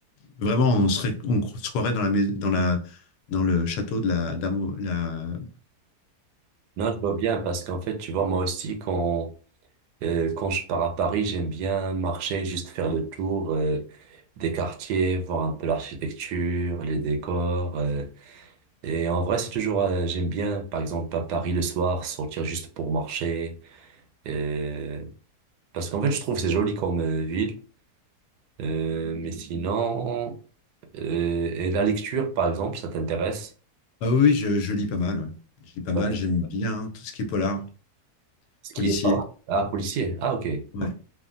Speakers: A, on the left; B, on the right.
A: vraiment, on serait, on cro- se croirait dans la, mais- dans la, dans le château de la dame. La, euh,
B: Non, je vois bien parce qu'en fait, tu vois, moi aussi, quand, euh, quand je pars à Paris, j'aime bien marcher, juste faire le tour, euh, des quartiers, voir un peu l'architecture, les décors. euh. et en vrai, c'est toujours, euh, j'aime bien, par exemple, à Paris le soir, sortir juste pour marcher. Euh, parce qu'en fait, je trouve que c'est joli comme euh, ville. Euh, mais sinon, euh, et la lecture, par exemple, ça t'intéresse?
A: Ah oui, oui, je, je lis pas mal. ouais. Je lis pas mal.
B: Ouais.
A: J'aime bien tout ce qui est polar,
B: Ce
A: policier.
B: qui est, pardon. Ah, policier. Ah, ok. Et
A: Ouais,